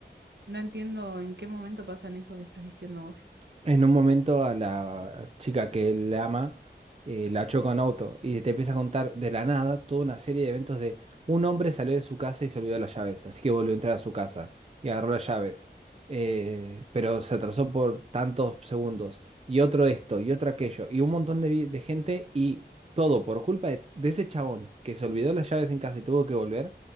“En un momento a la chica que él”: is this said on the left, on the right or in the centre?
Right